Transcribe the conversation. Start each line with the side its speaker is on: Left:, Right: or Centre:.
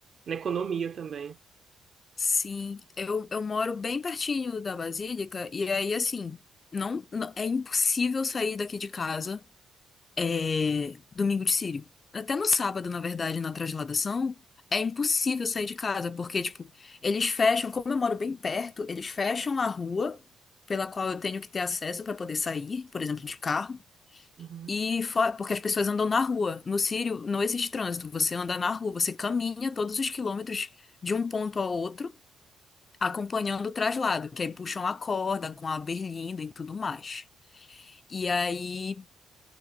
Right: na economia também.
Left: sim. Eu, eu moro bem pertinho da Basílica e aí, assim, não, não- é impossível sair daqui de casa é, domingo de Círio. Até no sábado, na verdade, na transladação, é impossível sair de casa, porque, tipo, eles fecham, como eu moro bem perto, eles fecham a rua pela qual eu tenho que ter acesso para poder sair, por exemplo, de carro.
Right: Uhum.
Left: E fora, porque as pessoas andam na rua. No Círio não existe trânsito. Você anda na rua, você caminha todos os quilômetros de um ponto ao outro, acompanhando o traslado, que aí puxam a corda com a berlinda e tudo mais. E aí